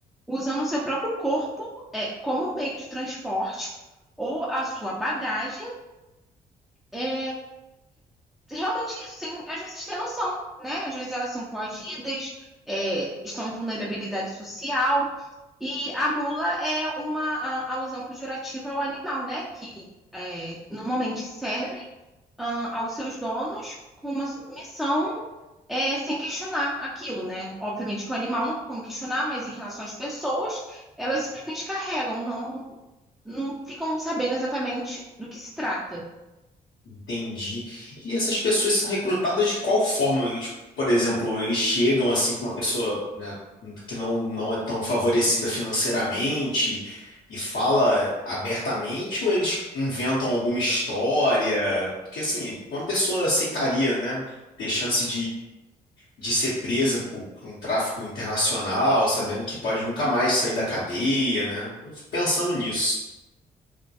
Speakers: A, in the centre; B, on the left.
A: usando o seu próprio corpo é, como meio de transporte ou a sua bagagem. É, realmente isso, sem às vezes ter noção, né? Às vezes elas são coagidas, é, estão em vulnerabilidade social. E a mula é uma a, alusão pejorativa ao animal, né? Que é, normalmente servem ah, aos seus donos com uma submissão é, sem questionar aquilo, né? Obviamente que o animal não tem como questionar, mas em relação às pessoas, elas simplesmente carregam, não, não ficam sabendo exatamente do que se trata.
B: Entendi. E essas pessoas são recrutadas de qual forma? Eles, tipo, por exemplo, eles chegam assim para uma pessoa, né, que não, não é tão favorecida financeiramente e fala eh, abertamente, ou eles inventam alguma história? Porque assim, uma pessoa aceitaria, né, ter chance de ser presa por, por um tráfico internacional, sabendo que pode nunca mais sair da cadeia, né? Eu fico pensando nisso.